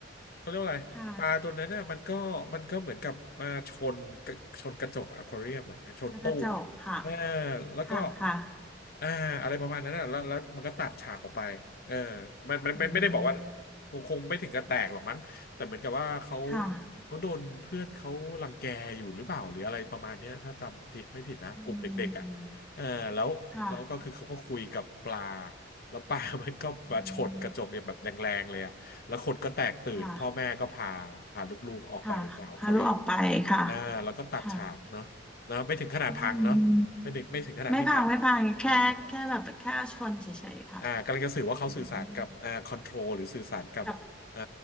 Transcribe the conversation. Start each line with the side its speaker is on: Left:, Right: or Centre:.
Left: เขาเรียกว่าอะไรปลาตัวนั้นน่ะมันก็มันก็เหมือนกับมาชนกระชนกระจกอควาเรียมอ่ะชนตู้อ่ะเออ
Centre: ค่ะแล้วก็จบค่ะ
Left: แล้วก็
Centre: ค่ะค่ะ
Left: อ่าอะไรประมาณนั้นน่ะแล้วแล้วมันก็ตัดฉากออกไปเออมันมันมันไม่ได้บอกว่า
Centre: อืม
Left: คงคงไม่ถึงกับแตกหรอกมั้งแต่เหมือนกับว่าเขา
Centre: ค่ะ
Left: เขาโดนเพื่อนเขารังแกอยู่หรือเปล่าหรืออะไรประมาณเนี้ยถ้าจำผิดไม่ผิดนะกลุ่มเด็กๆอ่ะเออแล้วแล้วก็คือเขาก็คุยกับปลา
Centre: อืมค่ะ
Left: แล้วปลา <laughs> มันก็มาชนกระจกเนี่ยแบบแรงๆเลยอะแล้วคนก็แตกตื่นพ่อแม่ก็พาพาลูกๆออกไปจากอควาเรียม
Centre: อืมค่ะค่ะพาลูกออกไปค่ะ
Left: อ่าแล้วก็ตัดฉากเนาะนะไม่ถึงขนาดพังเนาะไม่ถึงไม่ถึงขนาดที่นะเออไม่พังไม่พัง
Centre: ค่ะอืมไม่พังไม่พังแค่แค่แบบแค่ชนเฉยๆค่ะ
Left: อ่ากำลังจะสื่อว่าเขาสื่อสารกับอ่าคอนโทรลหรือสื่อสารกับอ่า
Centre: อืมกับ